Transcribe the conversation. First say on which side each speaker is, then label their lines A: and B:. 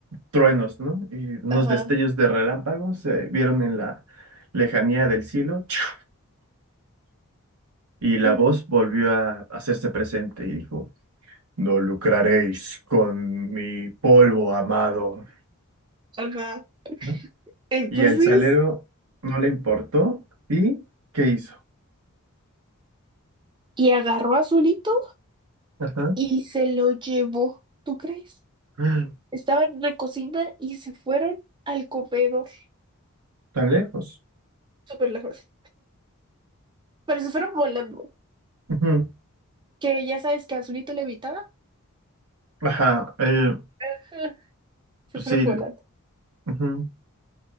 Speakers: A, on the right; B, on the right.
A: truenos, ¿no? Y unos
B: Ajá.
A: destellos de relámpagos se vieron en la lejanía del cielo, ¡Chiu! y
B: <laughs>
A: la voz volvió a hacerse presente y dijo, No lucraréis con mi polvo amado,
B: Ajá.
A: ¿no?
B: Entonces,
A: Y al salero no le importó, ¿y qué hizo?
B: y agarró a Azulito
A: Ajá. <gasps>
B: y se lo llevó. ¿Tú crees?
A: Mm,
B: Estaban en la cocina y se fueron al comedor
A: Tan lejos.
B: súper lejos. Pero se fueron volando.
A: Ujú.
B: Que ya sabes que Azulito levitaba.
A: Ajá, él,
B: <laughs> Se
A: pues
B: fue
A: sí,
B: volando.
A: ujú.